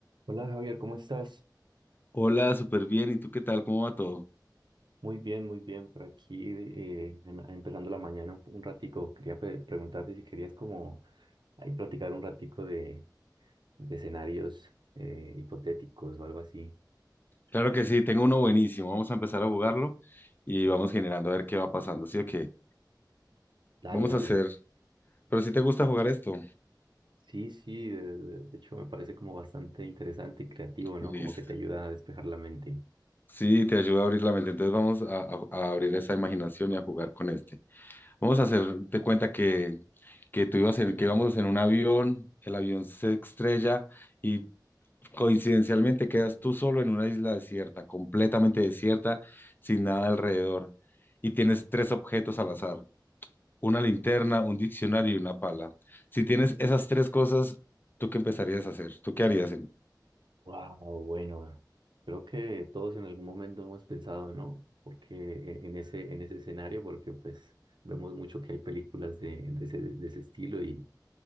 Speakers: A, on the right; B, on the left.
A: Hola Javier, ¿cómo estás?
B: Hola, súper bien. ¿Y tú qué tal? ¿Cómo va todo?
A: Muy bien, muy bien. Por aquí eh, em- empezando la mañana un, un ratico. Quería pre- preguntarte si querías como ahí platicar un ratico de, de escenarios eh, hipotéticos o algo así.
B: Claro que sí, tengo uno buenísimo. Vamos a empezar a jugarlo y vamos generando a ver qué va pasando. ¿Sí o qué?
A: Dale,
B: Vamos
A: dale.
B: a hacer. Pero si te gusta jugar esto,
A: Sí, sí, de, de- de hecho me parece como bastante interesante y creativo, ¿no?
B: listo.
A: Como que te ayuda a despejar la mente.
B: Sí, te ayuda a abrir la mente. Entonces vamos a, a- a abrir esa imaginación y a jugar con este. Vamos a hacerte cuenta que, que tú ibas en, que íbamos en un avión, el avión se estrella y coincidencialmente quedas tú solo en una isla desierta, completamente desierta, sin nada alrededor. Y tienes tres objetos al azar. una linterna, un diccionario y una pala. Si tienes esas tres cosas, ¿tú qué empezarías a hacer? ¿Tú qué harías? en-
A: Wow, bueno, creo que todos en algún momento hemos pensado, ¿no? Porque e- en ese, en ese escenario, porque pues vemos mucho que hay películas de, de ese, de ese estilo y